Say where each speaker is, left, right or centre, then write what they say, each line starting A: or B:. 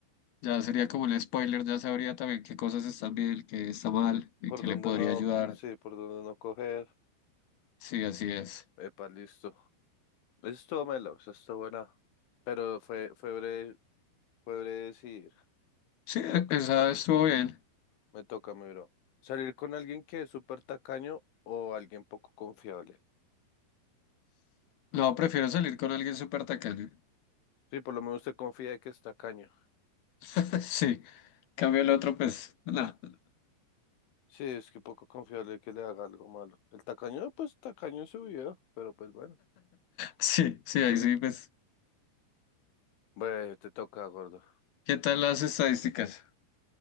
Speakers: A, on the left; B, on the left.
A: Ya sería como un spoiler, ya sabría también qué cosas están bien, qué está mal y
B: Por
A: qué
B: donde
A: le podría
B: no,
A: ayudar.
B: sí, por donde no coger.
A: Sí, así es.
B: Epa, listo. Eso estuvo melo, eso estuvo buena. Pero fue, fue breve, fue breve decidir.
A: Sí,
B: Me
A: e-
B: toca,
A: esa estuvo bien.
B: me toca, mi bro. Salir con alguien que es súper tacaño o alguien poco confiable.
A: No, prefiero salir con alguien súper tacaño.
B: Sí, por lo menos usted confía de que es tacaño.
A: <laughs> Sí, cambio el otro, pues, no. <laughs>
B: Sí, es que poco confiable que le haga algo malo. El tacaño, pues tacaño en su vida, pero pues bueno.
A: Sí, sí,
B: Sí,
A: ahí sí, pues.
B: bueno, te toca, gordo.
A: ¿Qué tal las estadísticas?